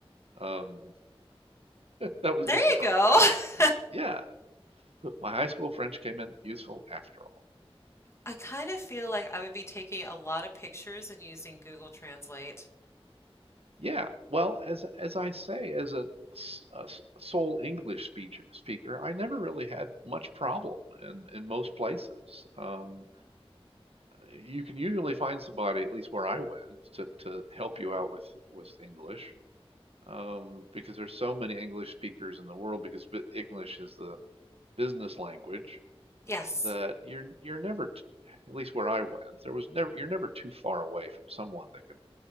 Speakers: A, on the right; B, on the left.
A: Um, that was
B: there
A: a surprise.
B: you go. <laughs>
A: Yeah, my high school French came in useful after all.
B: I kind of feel like I would be taking a lot of pictures and using Google Translate.
A: Yeah, well, as as I say, as a, s- a s- sole English speaker, speaker, I never really had much problem in in most places. Um, you can usually find somebody, at least where I went, to to help you out with with English, um, because there's so many English speakers in the world. Because bu- English is the business language
B: Yes.
A: that you're you're never, t- at least where I went, there was never you're never too far away from someone that can